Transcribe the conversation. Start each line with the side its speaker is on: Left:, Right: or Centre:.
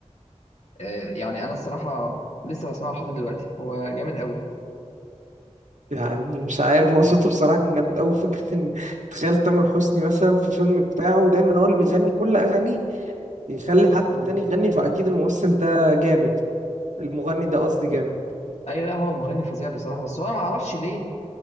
Left: آه، يعني انا الصراحة لسه بسمعه لحد دلوقتي هو جامد قوي
Right: يعني مش عارف هو صوته بصراحه كان جامد قوي فكره ان تخيل تامر حسني مثلا في فيلم بتاعه دايما هو اللي بيغني كل اغانيه يخلي حد
Left: مم.
Right: تاني يغني فاكيد الممثل ده جامد المغني ده قصدي جامد
Left: ايوه لا هو مغني فظيع بصراحة بس هو ما اعرفش ليه